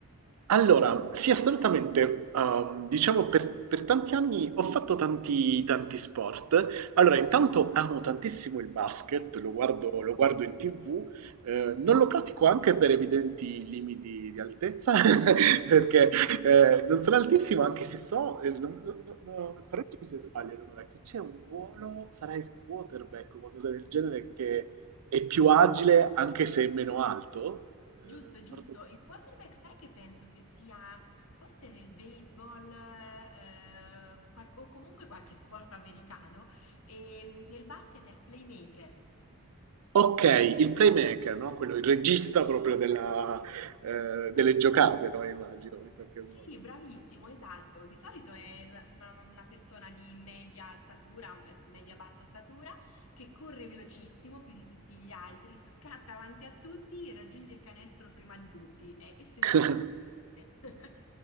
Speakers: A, on the right (about 85°); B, on the left (about 70°).
A: Allora, sì, assolutamente. Ehm, diciamo per, per tanti anni ho fatto tanti, tanti sport. Allora, intanto amo tantissimo il basket, lo guardo, lo guardo in TV, eh, non lo pratico anche per evidenti limiti di altezza, <laughs> perché eh, non sono altissimo, anche se so, eh, non- non- non- non- correggimi se sbaglio, Eleonora, che c'è un ruolo, sarà il quarterback o qualcosa del genere, che è più agile anche se è meno alto. Eh,
B: Giusto,
A: ricordo
B: giusto. Il quarterback, sai che penso che sia forse nel baseball eh, qual- o comunque qualche sport americano e mm, nel basket è il playmaker.
A: Ok, il playmaker, no? Quello, il regista proprio della, eh, delle giocate, no? Immagino, in qualche modo.
B: Sì, bravissimo, esatto. Di solito è una, una persona di media statura, ecco, media-bassa statura, che corre velocissimo più di tutti gli altri, scatta avanti a tutti, raggiunge il canestro prima di tutti. È essenziale
A: <laughs>
B: il basket. <laughs>